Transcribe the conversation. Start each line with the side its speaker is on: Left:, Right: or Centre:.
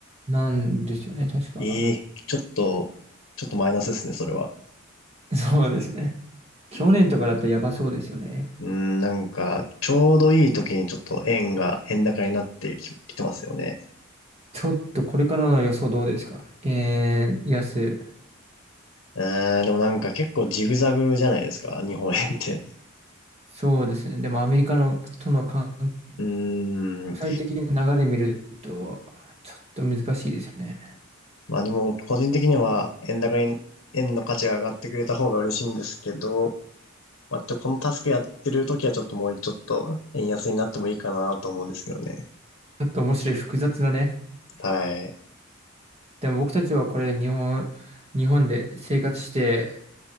Right: なんですよね、確か。
Left: ええちょっと、ちょっとマイナスですね、それは。
Right: <laughs> そうですね。去年とかだったらやばそうですよね。
Left: うーん、なんか、ちょうどいい時にちょっと円が、円高になってき、きてますよね。
Right: ちょっとこれからの予想どうですかえー、安。
Left: うーん、でもなんか結構ジグザグじゃないですか、日本円って。
Right: そうですね。でもアメリカのとの関
Left: うーん、
Right: 国際的な流れ見ると、ちょっと難しいですよね。
Left: まあでも、個人的には円高に、円の価値が上がってくれた方が嬉しいんですけど、まあ、ちょ、このタスクやってる時はちょっともうちょっと円安になってもいいかなと思うんですけどね。
Right: ちょっと面白い複雑だね。
Left: はい。
Right: でも僕たちはこれ日本、日本で生活して、